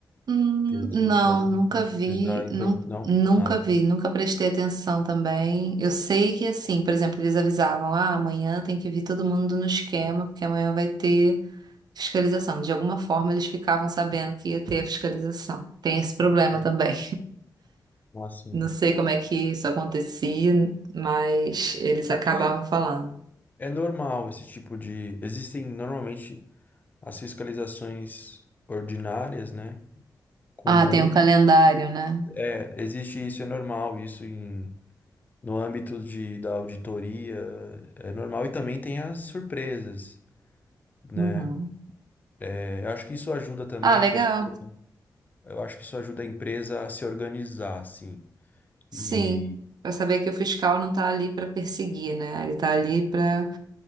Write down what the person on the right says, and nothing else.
Hum,
não,
nunca vi,
nun-
nunca
vi, nunca prestei atenção também. Eu sei que assim, por exemplo, eles avisavam, ah, amanhã tem que vir todo mundo no esquema, porque amanhã vai ter fiscalização. De alguma forma, eles ficavam sabendo que ia ter a fiscalização. Tem esse problema
também.
Não sei como é que isso acontecia, mas eles
acabavam falando.
Ah, tem um calendário, né?
Uhum.
Ah, legal.
Sim.
Para saber que o fiscal não está ali para perseguir, né? Ele está ali para,